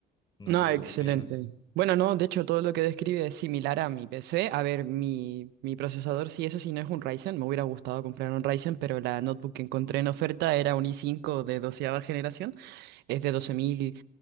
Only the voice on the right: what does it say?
No,
excelente.
Bueno, no, de hecho, todo lo que describe es similar a mi PC. A ver, mi, mi procesador, sí, eso sí, no es un Ryzen. Me hubiera gustado comprar un Ryzen, pero la notebook que encontré en oferta era un i5 de doceava generación. es de doce mil